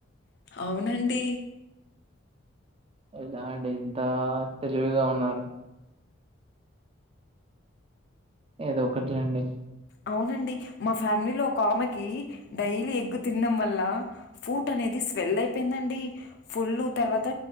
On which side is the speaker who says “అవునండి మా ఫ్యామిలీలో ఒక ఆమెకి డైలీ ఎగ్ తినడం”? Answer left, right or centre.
Left